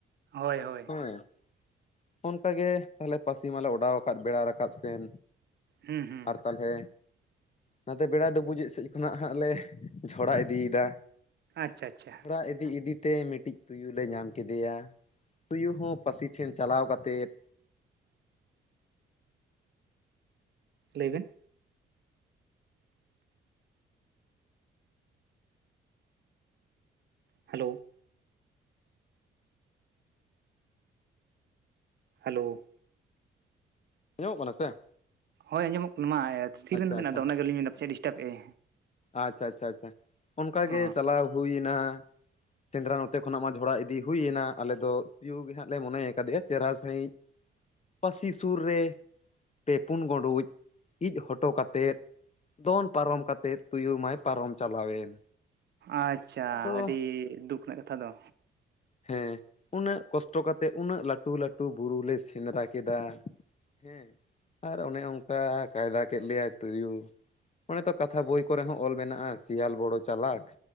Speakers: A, on the right; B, on the left.
A: ᱦᱳᱭ ᱦᱳᱭ᱾
B: ᱦᱮᱸ, ᱚᱱᱠᱟᱜᱮ ᱛᱟᱦᱞᱮ ᱯᱟᱹᱥᱤ ᱢᱟᱞᱮ ᱚᱰᱟᱣ ᱟᱠᱟᱫ ᱵᱮᱲᱟ ᱨᱟᱠᱟᱵ ᱥᱮᱱ᱾
A: ᱦᱩᱸ ᱦᱩᱸ᱾
B: ᱛᱟᱞᱦᱮ ᱱᱟᱛᱮ ᱵᱮᱲᱟ ᱰᱩᱵᱩᱡᱚᱜ ᱥᱮᱡ ᱠᱷᱚᱱᱟᱜ ᱦᱟᱸᱜ ᱞᱮ ᱡᱷᱚᱲᱟ ᱤᱫᱤᱭᱮᱫᱟ᱾
A: ᱟᱪᱪᱷᱟ ᱟᱪᱪᱷᱟ
B: ᱡᱷᱚᱲᱟ ᱤᱫᱤ ᱤᱫᱤᱛᱮ ᱢᱤᱴᱤᱡ ᱛᱩᱭᱩ ᱞᱮ ᱧᱟᱢ ᱠᱮᱫᱮᱭᱟ᱾ ᱛᱩᱭᱩ ᱦᱚᱸ ᱯᱟᱹᱥᱤ ᱴᱷᱮᱱ ᱪᱟᱞᱟᱣ ᱠᱟᱛᱮᱫ᱾
A: ᱞᱟᱹᱭ ᱵᱮᱱ᱾ ᱦᱮᱞᱳ᱾ ᱦᱮᱞᱳ᱾
B: ᱟᱸᱡᱚᱢᱚᱜ ᱠᱟᱱᱟ ᱥᱮ?
A: ᱦᱳᱭ ᱟᱸᱡᱚᱜᱚᱜ ᱠᱟᱱᱟ ᱢᱟ ᱛᱷᱤᱨᱮᱱ
B: ᱟᱪᱪᱷᱟ
A: ᱫᱚ ᱵᱮᱱ,
B: ᱟᱪᱪᱷᱟ
A: ᱟᱫᱚ ᱚᱱᱟ ᱜᱮ ᱟᱞᱤᱧ ᱢᱮᱱᱫᱟ ᱯᱟᱪᱮᱫ ᱰᱤᱥᱴᱟᱯᱮᱜ-ᱮ᱾
B: ᱟᱪᱪᱷᱟ ᱟᱪᱪᱷᱟ ᱟᱪᱪᱷᱟ ᱚᱱᱠᱟᱜᱮ
A: ᱚ
B: ᱪᱟᱞᱟᱣ ᱦᱩᱭᱮᱱᱟ ᱥᱮᱸᱫᱽᱨᱟ ᱱᱚᱛᱮ ᱠᱷᱚᱱᱟᱜ ᱢᱟ ᱡᱷᱚᱲᱟ ᱤᱫᱤ ᱦᱩᱭᱱᱟ ᱟᱞᱮ ᱫᱚ ᱛᱩᱭᱩ ᱜᱮ ᱦᱟᱸᱜ ᱞᱮ ᱢᱚᱱᱮ ᱟᱠᱟᱫᱮᱭᱟ ᱪᱮᱦᱨᱟ ᱥᱟᱺᱦᱤᱡ ᱯᱟᱹᱥᱤ ᱥᱩᱨ ᱨᱮ ᱯᱮ ᱯᱩᱱ ᱜᱩᱸᱰᱩᱡ ᱤᱡ ᱦᱚᱴᱚ ᱠᱟᱛᱮᱫ, ᱫᱚᱱ ᱯᱟᱨᱚᱢ ᱠᱟᱛᱮᱫ ᱛᱩᱭᱩ ᱢᱟᱭ ᱯᱟᱨᱚᱢ ᱪᱟᱞᱟᱣᱮᱱ᱾
A: ᱟᱪᱪᱷᱟ
B: ᱟᱫᱚ
A: ᱟᱹᱰᱤ ᱫᱩᱠ ᱨᱮᱱᱟᱜ ᱠᱟᱛᱷᱟ ᱫᱚ᱾
B: ᱦᱮᱸ ᱩᱱᱟᱹᱜ ᱠᱚᱥᱴᱚ ᱠᱟᱛᱮᱜ ᱩᱱᱟᱹᱜ ᱞᱟᱹᱴᱩ ᱞᱟᱹᱴᱩ ᱵᱩᱨᱩ ᱞᱮ ᱥᱮᱸᱫᱽᱨᱟ ᱠᱮᱫᱟ ᱦᱮᱸ᱾ ᱦᱮᱸ, ᱟᱨ ᱚᱱᱮ ᱚᱝᱠᱟ ᱠᱟᱭᱫᱟ ᱠᱮᱫ ᱞᱮᱭᱟᱭ ᱛᱩᱭᱩ᱾ ᱚᱱᱮ ᱛᱚ ᱠᱟᱛᱷᱟ ᱵᱳᱭ ᱠᱚᱨᱮ ᱦᱚᱸ ᱚᱞ ᱢᱮᱱᱟᱜ-ᱟ ᱥᱮᱭᱟᱞ ᱵᱚᱲᱳ ᱪᱟᱞᱟᱠ᱾